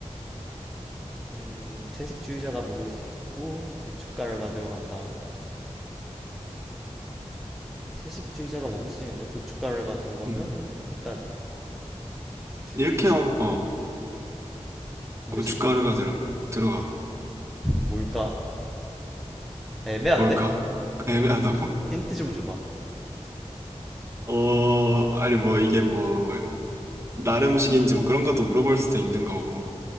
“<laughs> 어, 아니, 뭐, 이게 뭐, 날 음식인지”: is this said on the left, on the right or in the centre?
Right